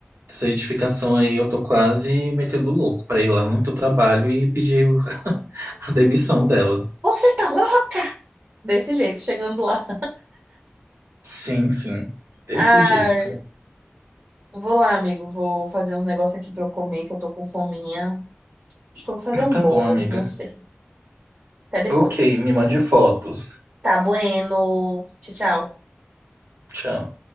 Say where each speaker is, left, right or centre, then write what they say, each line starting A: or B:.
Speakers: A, on the right (about 85°); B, on the right (about 40°).
A: essa edificação aí eu tô quase metendo louco pra ir lá no teu trabalho e pedir o- <laughs> a demissão dela.
B: Você tá louca? Desse jeito, chegando lá.
A: Sim, sim. Desse
B: <laughs> Ai,
A: jeito.
B: vou lá, amigo. Vou fazer uns negócios aqui pra eu comer, que eu tô com fominha. Acho que eu vou fazer um
A: Tá
B: bolo,
A: bom, amiga.
B: não sei. Até depois.
A: Ok, me mande fotos.
B: Tá bueno. Tchau, tchau.
A: Tchau.